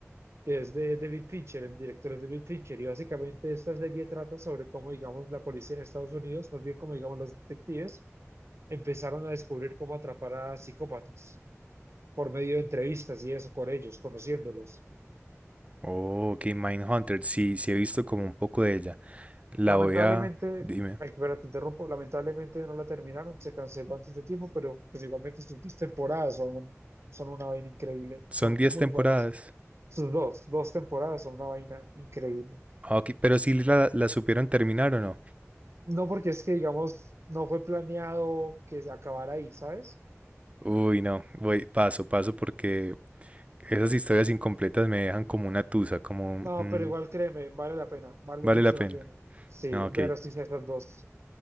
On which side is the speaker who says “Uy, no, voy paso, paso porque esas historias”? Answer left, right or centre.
Right